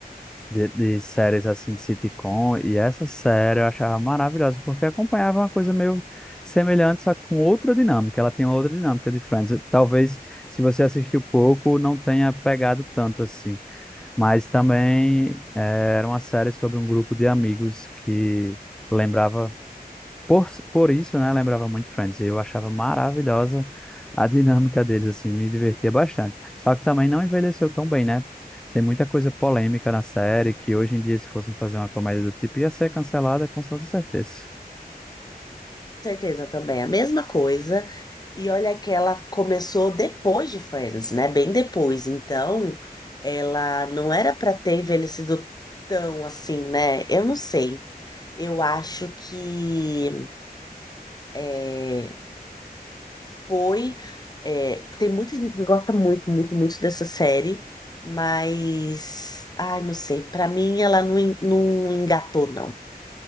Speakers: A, in the centre; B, on the left.
A: de, de séries, assim, de sitcom. E essa série eu achava maravilhosa, porque acompanhava uma coisa meio semelhante, só que com outra dinâmica. Ela tinha outra dinâmica de Friends. Talvez, se você assistiu pouco, não tenha pegado tanto, assim. Mas também eh, era uma série sobre um grupo de amigos que... Lembrava Por, por isso, né, lembrava muito Friends. Eu achava maravilhosa a <laughs> dinâmica deles, assim, me divertia bastante. Só que também não envelheceu tão bem, né? Tem muita coisa polêmica na série que hoje em dia, se fossem fazer uma comédia do tipo, ia ser cancelada com toda certeza.
B: Certeza também, a mesma coisa. E olha que ela começou depois de Friends, né? Bem depois. Então, ela não era para ter envelhecido tão assim, né? Eu não sei. Eu acho que é, foi. é, tem muita gente que gosta muito, muito, muito dessa série, mas. Ai, não sei. Pra mim, ela não, en- não engatou, não.